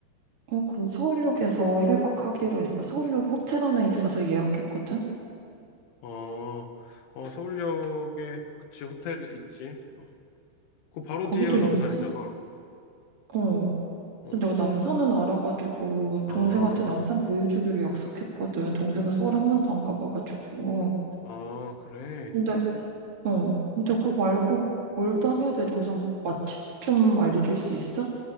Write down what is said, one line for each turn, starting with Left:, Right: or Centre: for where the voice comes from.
Right: 어, 그 서울역에서 1박 하기로 했어. 서울역에 호텔 하나 있어서 예약했거든?
Left: 어, 어, 서울역에, 그치, 호텔 있지. 어, 그 바로
Right: 거기도
Left: 뒤에가 남산이잖아.
Right: 용산? 어.
Left: 어,
Right: 그래서 내가 남산은 알아가지고,
Left: 아,
Right: 동생한테 남산 보여주기로 약속했거든. 동생은 서울 한 번도 안 가봐가지고.
Left: 아, 그래.
Right: 근데, 어. 근데 그거 말고 뭘 다녀야 되지? 우선 맛집 좀 알려줄 수 있어?